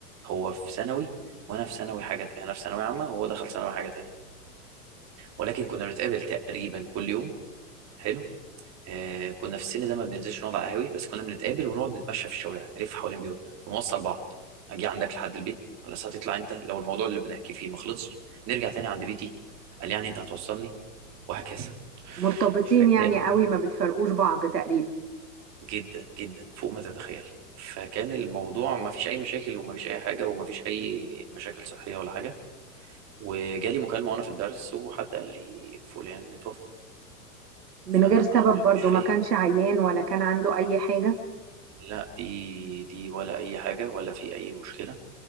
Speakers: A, on the right; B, on the right.
A: هو في ثانوي وانا في ثانوي حاجه انا في ثانوي عامه وهو دخل ثانوي حاجه تانية ولكن كنا بنتقابل تقريبا كل يوم حلو آه كنا في السن ده ما بننزلش نقعد على قهاوي بس كنا بنتقابل ونقعد نتمشى في الشوارع نلف حوالين بيوتنا ونوصل بعض اجي عندك لحد البيت على اساس هتطلع انت لو الموضوع اللي بنحكي فيه ما خلصش نرجع تاني عند بيتي قال يعني انت هتوصلني وهكذا
B: مرتبطين
A: فكان
B: يعني قوي ما بتفرقوش بعض تقريبا
A: جدا جدا فوق ما تتخيلي فكان الموضوع ما فيش اي مشاكل وما فيش اي حاجه وما فيش اي مشاكل صحيه ولا حاجه وجالي مكالمه وانا في الدرس وحد قال لي فلان اتوفى
B: من
A: فانا
B: غير سبب
A: ما ما-
B: برضو
A: مش فاهم
B: ما كانش عيان ولا كان عنده اي حاجه
A: لا دي دي ولا اي حاجه ولا في اي مشكله